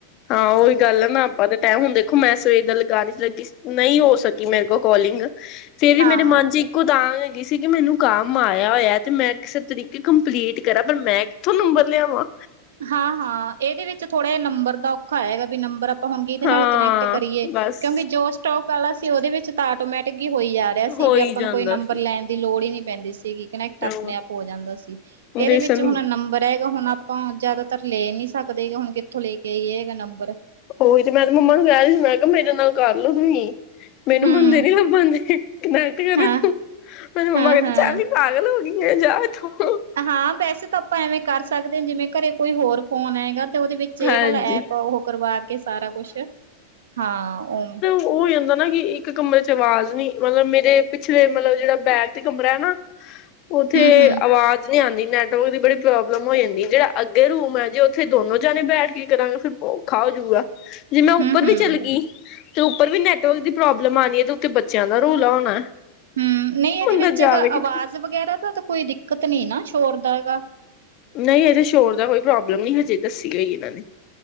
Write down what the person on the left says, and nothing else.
ਹਾਂ, ਓਹੀ ਗੱਲ ਹੈ ਨਾ ਆਪਾਂ ਤੇ ਟੈਮ ਹੁਣ ਦੇਖੋ ਮੈਂ ਸਵੇਰ ਦਾ ਲਗਾਣ ਹੀ ਲੱਗੀ ਸ ਨਹੀਂ ਹੋ ਸਕੀ ਮੇਰੇ ਕੋਲ ਕੋਲਿੰਗ, ਫੇਰ ਵੀ
ਮੇਰੇ ਮਨ ਚ ਕੋਦਾਨ ਹੈਗੀ ਸੀ ਕਿ ਮੈਨੂੰ ਕੰਮ ਆਇਆ ਹੋਇਆ ਤੇ ਮੈਂ ਕਿਸੇ ਤਰੀਕੇ ਕੰਪਲੀਟ ਕਰਾਂ। ਪਰ ਮੈਂ ਥੋਂ ਨੰਬਰ ਲਿਆਵਾਂ?
ਹਾਂ
ਬਸ
ਹੋ
ਹੀ
ਜਾਂਦਾ
ਸੀ
ਹੋਰ
ਬੇਸਨ
ਉ ਓਹੀ ਤੇ ਮੈਂ ਤੇ ਮੰਮਾ ਨੂੰ ਕਹਿ ਰਹੀ ਸੀ ਮੈਂ ਕਿਹਾ ਮੇਰੇ ਨਾਲ ਕਰਲੋ ਤੁਸੀਂ। ਮੈਨੂੰ
ਮੁੰਦੇ ਨੀ ਲੱਬਣ ਦਏ ਮੈਂ ਕਿ ਕਰਾ
ਤੂੰ। ਮੈਨੂੰ ਮੰਮਾ
ਕਹਿੰਦੇ ਚੱਲ ਹੀ ਪਾਗਲ ਹੋ ਗਈ ਹੈ ਇਥੋਂ ਤੂੰ।
ਹਾਂਜੀ
ਓਹੀ ਹੁੰਦਾ ਨਾ ਕਿ ਇੱਕ ਕਮਰੇ ਚ ਆਵਾਜ਼ ਨੀ ਮਤਲਬ ਮੇਰੇ ਪਿਛਲੇ ਮਤਲਬ ਜਿਹੜਾ ਬੈਗ। ਉਥੇ ਕਮਰਾ ਹੈ ਨਾ
ਉੱਥੇ ਆਵਾਜ਼। ਆਵਾਜ਼ ਨੀ ਆਉਂਦੀ ਨੈਟਵਰਕ ਦੀ ਬੜੀ ਪ੍ਰੋਬਲਮ ਹੋ ਜਾਂਦੀ ਜਿਹੜਾ ਅੱਗੇ ਰੂਮ ਹੈ ਜੇ ਉੱਥੇ ਦੋਨੋ ਜਣੇ ਬੈਠ ਕੇ ਕਰਾਂਗੇ ਫਿਰਰ ਪਾਓ। ਔਖਾ ਹੋਜੂਗਾ ਜੇ ਮੈਂ
ਉੱਪਰ ਵੀ ਚੱਲ ਗਈ ਤੇ ਉੱਪਰ ਵੀ ਨੈਟਵਰਕ ਦੀ ਪ੍ਰੋਬਲਮ ਆਣੀ ਹੈ ਤੇ ਉਥੇ ਬੱਚਿਆਂ ਦਾ ਰੋਲ ਹੋਣਾ।
ਬੰਦਾ
ਜਾਵੇ
ਕਿਤੇ
ਨਹੀਂ ਇਹਦੇ ਸ਼ੋਰ ਦਾ ਕੋਈ ਪ੍ਰੋਬਲਮ ਨਹੀਂ ਹਜੇ ਦੱਸੀ ਗਈ ਇਹਨਾਂ ਨੇ।